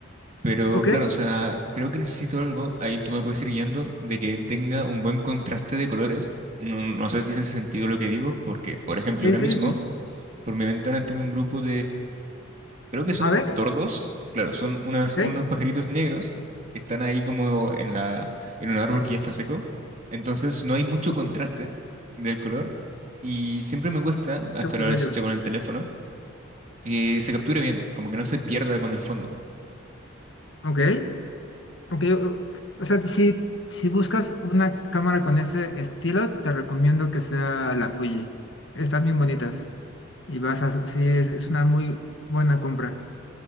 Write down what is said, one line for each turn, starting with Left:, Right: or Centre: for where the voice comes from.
Right: Pero
Left: ok,
Right: claro, o sea, creo que necesito algo, ahí tú me puedes ir guiando, de que tenga un buen contraste de colores. No, no no sé si hace sentido lo que digo, porque, por ejemplo,
Left: sí,
Right: ahora
Left: sí,
Right: mismo,
Left: sí.
Right: por mi ventana tengo un grupo creo que son
Left: A ver,
Right: tordos, claro, son unas,
Left: ok,
Right: unos
Left: se
Right: pajaritos negros que están ahí como en la, en un árbol que ya está seco. Entonces no hay mucho contraste del color y siempre me cuesta,
Left: escucha
Right: hasta ahora
Left: muy bello,
Right: lo he hecho con el teléfono, que se capture bien, como que no se pierda con el fondo.
Left: ok. Ok, o o sea, si, si buscas una cámara con ese estilo, te recomiendo que sea la Fuji. Están bien bonitas y vas a, sí, es, es una muy buena compra.